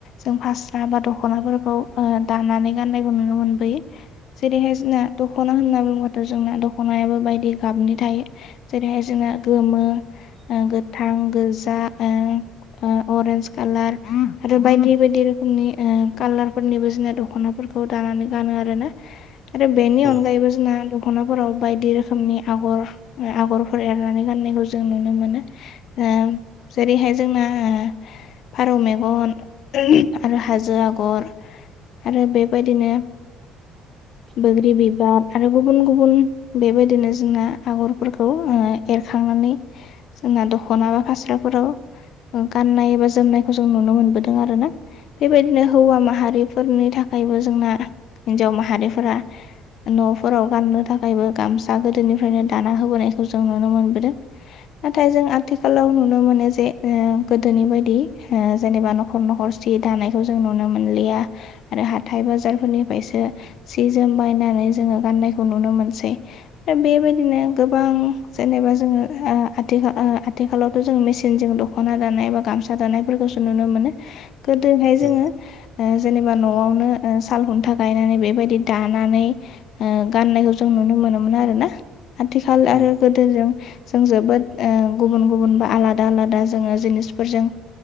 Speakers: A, on the left; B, on the right.
A: जों फास्रा बा दख'नाफोरखौ ओ दानानै गाननायखौ नुनो मोनबोयो। जेरैहाय जोंना दख'ना होनना बुंबाथ' जोंना दख'नायाबो बायदि गाबनि थायो। जेरैहाय जोंना गोमो ओ गोथां गोजा ओ ओ अरेन्ज कालार आरो बायदि बायदि रोखोमनि ओ कालारफोरनिबो जोंना दखनाफोर खौ दानानै गानो आरो ना आरो बेनि
B: औ
A: अनगायैबो जोंना दख'नाफोराव बायदि रोखोमनि आगर ओ आग'रफोर एरनानै गाननायखौ जों नुनो मोनो। ओ जेरैहाय जोंना फारौ मेगन आरो हाजो आगर आरो बेबायदिनो बैग्रि बिबार आरो गुबुन गुबुन बेबायदिनो जोंना आगरफोरखौ एरखांनानै जोंना दख'नााबा फास्र फोराव गाननाय एबा जोमनायखौ जों नुनो मोनबोदों आरो ना बेबायदिनो हौवा माहारिफोरनि थाखायबो जोंना हिन्जाव माहारिफोरा न'फोराव गाननो थाखायबो गामसा गोदोनिफ्रायनो दाना होबोनायखौ जों नुनो मोनबोदों नाथाय जों आथिखालाव नु नुनो मोनो जे गोदोनि बायदि जेनेबा न'खर न'खर सि दानायखौ जों नुनो मोनलिया आरो हाथाय बाजारफोरनिफायसो सि जोम बायनानै जोङो गाननायखौ नुनो मोनसै। दा बेबायदिनो गोबां जेनेबा जोङो ओ आथिखाल ओ आथिखालाव जों मेसिनजों दख'ना दानाय बा गामसा दानायफोरखौसो नुनो मोनो गोदोहाय जोङो
B: औ
A: ओ जेनेबा न'आवनो ओ साल खुन्था गायनानै बेबायदि दानानै ओ गाननायखौ जों नुनो मोनोमोन आरोना। आथिखाल आरो
B: औ
A: गोदोजों जों जोबोद ओ गुबुन गुबुन बा आलादा आलादा जोङो जिनिसफोरजों